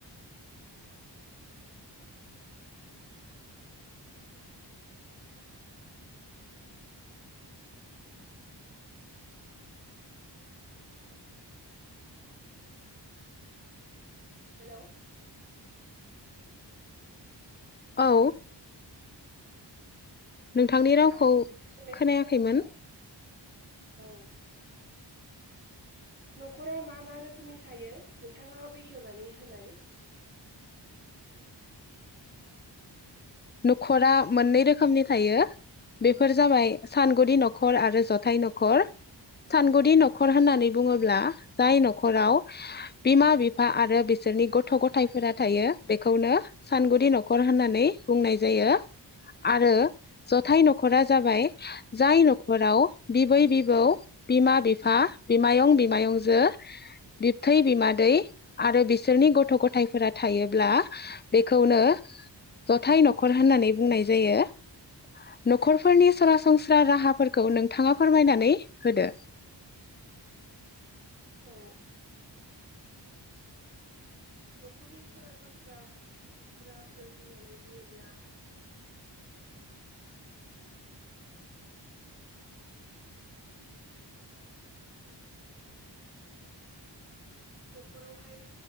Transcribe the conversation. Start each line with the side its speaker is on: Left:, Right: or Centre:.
Right: हेल'।
Left: औ। नोंथांनि
Right: नोंथाङा
Left: रावखौ
Right: आंनि सोंथि सोंनायखौ
Left: खोनायाखैमोन।
Right: खोनादोंना औ न'खरा मा मा रोखोमनि थायो नोंथाङा बेखेवनानै होनाय।
Left: न'खरा मोननै रोखोमनि थायो बेफोर जाबायङ सानगुदि न'खर आरो जथाय न'खर सानगुदि न'खर होननानै बुङोब्ला जाय न'खराव बिमा बिफा आरो बिसोरनि गथ' गथायफोरा थायो बेखौनो सानगुदि न'खर होननानै बुंनाय जायो आरो जथाय न'खरा जाबाय जाय न'खराव बिबै बिबौ बिमा बिफा बिमायं बिमायंजो बिबथै बिमादै आरो बिसोरनि गथ' गथायफोरा थायोब्ला बेखौनो जथाय न'खर होननानै बुंनाय जायो न'खरफोरनि सरासनस्रा राहाफोरखौ नोंथाङा फोरमायनानै होदो।
Right: औ। न'खरनि सरासनस्रा राहाफोर होननानै बुङोब्ला न'खरावहाय